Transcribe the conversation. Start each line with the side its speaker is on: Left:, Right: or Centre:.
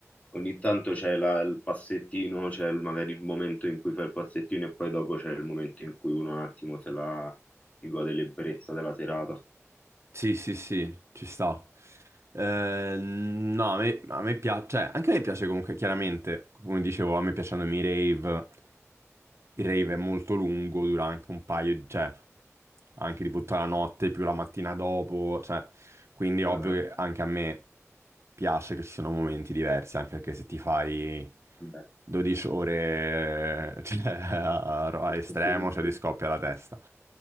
Left: ogni tanto c'è la- il passettino, c'è il- magari il momento in cui fai il passettino e poi dopo c'è il momento in cui uno un attimo se la si gode l'ebbrezza della serata.
Right: Sì, sì, sì, ci sta. Eh, no, a me, a me piace, cioè, anche a me piace comunque, chiaramente, come dicevo, a me piacciono i rave, il rave è molto lungo, dura anche un paio, di- cioè, anche tipo tutta la notte più la mattina dopo, cioè, quindi è ovvio
Left: Ah, ah,
Right: che anche a me piace che ci sono momenti diversi, anche perché se ti fai
Left: vabbè,
Right: 12 ore <laughs> cioè, a a estremo,
Left: questo mi-
Right: cioè ti scoppia la testa.